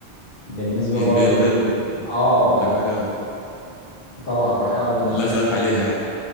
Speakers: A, on the left; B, on the left.
A: بالنسبة
B: أكيد
A: برضو
B: بي إم
A: ل...
B: دبليو
A: آه بالنسبة
B: عندك حاجة
A: طبعا رائعة وبالنسبة
B: يعني لا خلاف عليها يعني